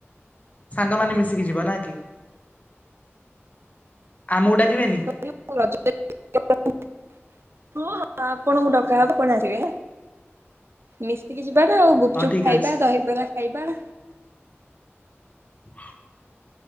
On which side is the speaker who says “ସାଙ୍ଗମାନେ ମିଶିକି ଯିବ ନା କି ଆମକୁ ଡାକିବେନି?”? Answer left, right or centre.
Left